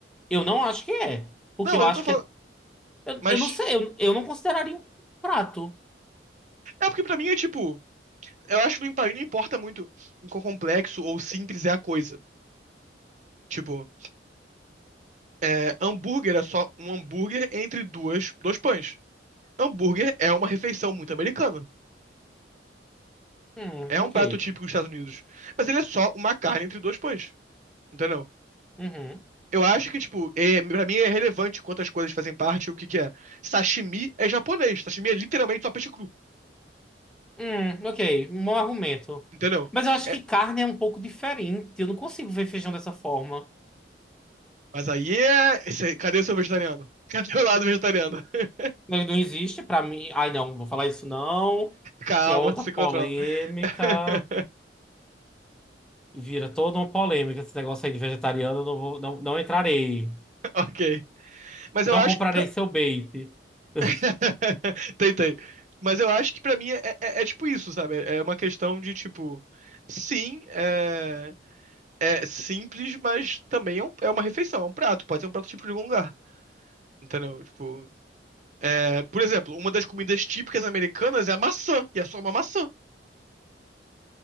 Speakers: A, in the centre; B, on the right.
A: Eu não acho que é. Porque
B: Não,
A: eu
B: mas eu
A: acho
B: não tô falando.
A: que é. Eu,
B: Mas.
A: eu não sei, eu, eu não consideraria um prato.
B: É porque pra mim é tipo. Eu acho que não impa- não importa muito em quão complexo ou simples é a coisa. Tipo. É, hambúrguer é só um hambúrguer entre duas, dois pães. Hambúrguer é uma refeição muito americana.
A: Hum,
B: É um
A: ok.
B: prato típico dos Estados Unidos. Mas ele é só uma carne entre dois pães. Entendeu?
A: Uhum.
B: Eu acho que, tipo, é, pra mim é relevante quantas coisas fazem parte e o que que é. Sashimi é japonês. Sashimi é literalmente só peixe cru.
A: Hum, ok. Um Bom argumento.
B: Entendeu?
A: Mas eu acho
B: É,
A: que carne é um pouco diferente. Eu não consigo ver feijão dessa forma.
B: mas aí é. cê- Cadê o seu vegetariano? <laughs> Cadê o lado vegetariano? <laughs>
A: Ele não existe pra mim. Ai, não, vou falar isso não.
B: Calma,
A: Que é outra
B: se
A: polêmica.
B: controla. <laughs>
A: E Vira toda uma polêmica esse negócio aí de vegetariano. eu Não vou, não, não entrarei.
B: Ok. Mas eu
A: Não
B: acho.
A: comprarei
B: que,
A: seu bait. <laughs>
B: <laughs> Tem, tem. Mas eu acho que pra mim é, é- é é tipo isso, sabe? É é uma questão de tipo, sim, é, é simples, mas também é, um- é uma refeição, é um prato, pode ser um prato típico de algum lugar. Entendeu? Tipo, é, por exemplo, uma das comidas típicas americanas é a maçã, e é só uma maçã.